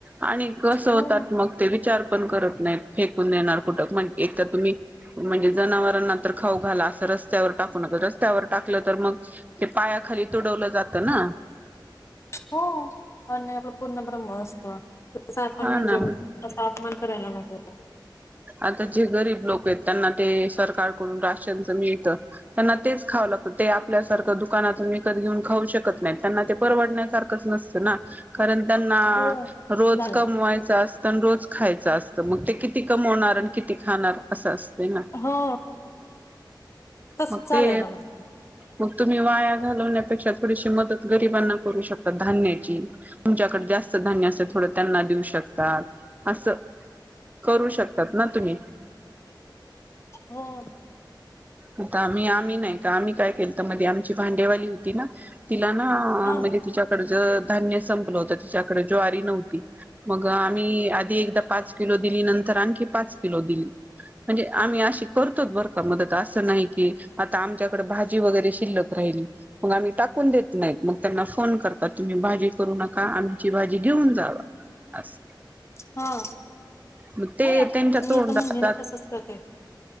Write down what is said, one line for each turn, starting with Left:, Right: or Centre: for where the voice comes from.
Right: आणि कसं
Left: ना
Right: होतात मग ते विचार पण करत नाहीत. फेकून देणार कुठपण एक तर तुम्ही म्हणजे जनावरांना तर खाऊ घाला असं रस्त्यावर टाकू नका रस्त्यावर टाकलं तर मग ते पायाखाली तुडवलं जातं ना.
Left: हो अन्न हे पूर्णब्रह्म असत तस आपण
Right: हा
Left: म्हणजे
Right: ना
Left: त्याचा अपमान करायला नको.
Right: आता जे गरीब लोक आहेत त्यांना ते सरकारकडून राशनच मिळत त्यांना तेच खावं लागतं ते आपल्यासारखं दुकानातून विकत घेऊन खाऊ शकत नाही त्यांना ते परवडण्यासार कस नसत ना कारण त्यांना
Left: हो
Right: रोज
Left: झालं
Right: कमवायचं असत अन् रोज खायचं असतं मग ते किती <unintelligible> किती खाणार अस असतय ना
Left: हो तसच
Right: मग
Left: झालंय
Right: ते
Left: ना म्हणजे
Right: मग तुम्ही वाया घालवण्यापेक्षा थोडीशी मदत गरिबांना करू शकता धान्याची तुमच्याकडे जास्त धान्य असेल थोडं त्यांना देऊ शकतात असं करू श करतात ना तुम्ही?
Left: हो
Right: हो का? आम्ही -आम्ही नाही का? आम्ही काय केलत मधी आमची भांडीवाली होती ना? तिला ना
Left: हा
Right: म्हणजे तिच्या कडच धान्य संपलं होतं त तिच्याकडे ज्वारी नव्हती. मग आम्ही आधी एकदा पाच किलो दिली नं तर आणखी पाच किलो दिली म्हणजे आम्ही अशी करतोच बरं का मदत असं नाही की आता आमच्याकडे भाजी वगैरे शिल्लक राहिली. मग आम्ही टाकून देत नाहीत. मग त्यांना फोन करतात. तुम्ही भाजी करू नका. आमची भाजी घेऊन जावा. अस.
Left: हा.
Right: मग ते
Left: नाही आता
Right: त्यांच्या
Left: मी
Right: तोंडात
Left: तर म्हणजे ना तसच करते.